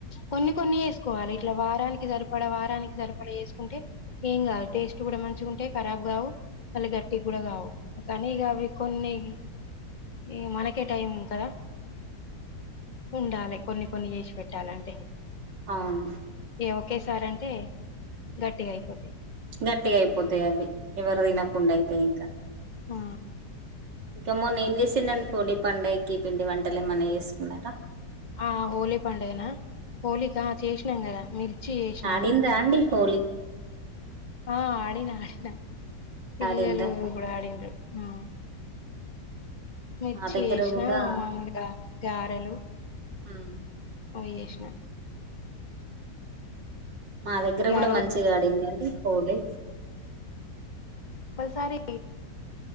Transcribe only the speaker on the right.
అవును
గట్టిగా అయిపోతాయి అవి ఎవరు తినకుండా అయితాయి ఇంకా
ఇంకా మొన్న ఏం చేసిండండి హోలీ పండగకి పిండి వంటలు ఏమన్నా చేసుకున్నారా
ఆడిండ్రా అండి హోలీ
ఆడిండ్రా
మా దగ్గర
కూడా
హ్మ్
మా దగ్గర
కూడా
మంచిగా ఆడిందండి హోలీ